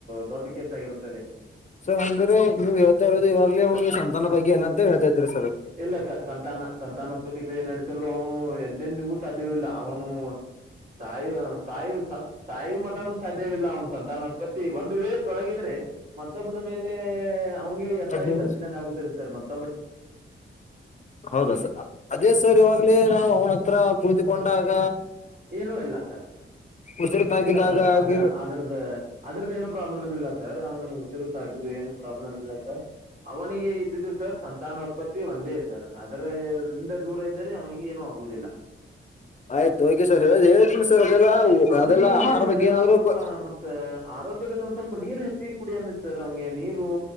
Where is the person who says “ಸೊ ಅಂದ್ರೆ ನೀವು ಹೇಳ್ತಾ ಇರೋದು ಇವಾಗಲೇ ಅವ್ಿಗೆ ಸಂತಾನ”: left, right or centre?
Left